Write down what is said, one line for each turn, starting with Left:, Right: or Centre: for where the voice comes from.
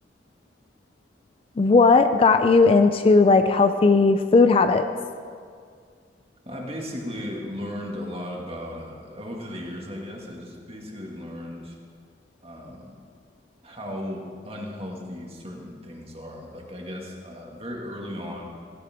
Left: What got you into like healthy food habits?
Right: I basically learned a lot about uh, over the years, I guess. I just basically learned. Um, how unhealthy certain things are. Like I guess uh, very early on,